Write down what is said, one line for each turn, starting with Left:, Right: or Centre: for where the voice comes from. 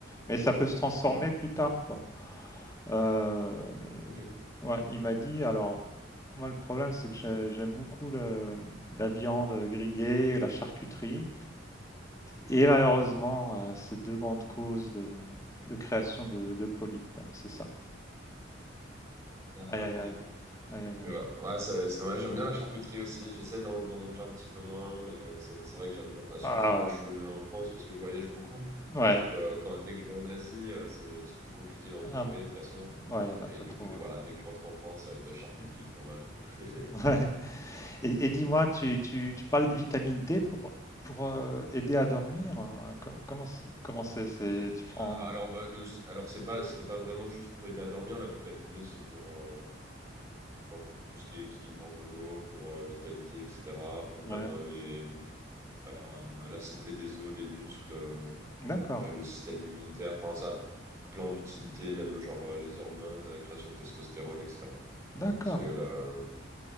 Left: mais ça peut se transformer
Right: Mhm.
Left: plus tard, quoi. Euh,
Right: Ok.
Left: ouais, il m'a dit, alors, Moi, le problème, c'est que j'ai- j'aime beaucoup le- la viande grillée, la charcuterie, et malheureusement, euh, ces deux grandes causes de, de création de, de polypes, c'est ça.
Right: Ah
Left: Aïe,
Right: ouais.
Left: aïe, aïe.
Right: Mhm.
Left: Aïe, aïe, aïe.
Right: Ouais, Ouais, c'est c'est dommage. J'aime bien la charcuterie aussi. J'essaie d'en d'en manger un petit peu moins, mais euh, c'est c'est vrai que j'aime bien. Bah, surtout
Left: Ah
Right: quand
Left: ouais,
Right: je suis en France, parce que je voyage beaucoup.
Left: ouais.
Right: Donc, euh, quand, dès que je vais en Asie, euh, c'est c'est plus compliqué d'en
Left: Ah,
Right: trouver de toute façon.
Left: ouais, il n'y en a
Right: Mais
Left: pas
Right: du
Left: trop.
Right: coup, de-
Left: ouais.
Right: voilà, dès que je rentre en France, ça va être charcuterie,
Left: Mm.
Right: fromage. <laughs>
Left: <laughs> Ouais. Et, et dis-moi, tu, tu, tu parlais de vitamine D pour, pour euh, aider à dormir. euh, com- Comment c'est, comment c'est, c'est- tu prends...
Right: Euh, alors,
Left: euh,
Right: bah, euh, c'est- alors c'est pas, c'était pas vraiment juste pour aider à dormir. La vitamine D, c'est pour, euh, enfin, pour tout ce qui est équilibre hormonaux, pour euh, vitalité, etc. Pour
Left: Ouais,
Right: même euh, les, euh, la santé des os, des muscles, euh,
Left: d'accord,
Right: euh, le système immunitaire. Enfin, ça a plein d'utilités, même genre euh, les hormones, la création de testostérone, etc.
Left: d'accord.
Right: Parce que là,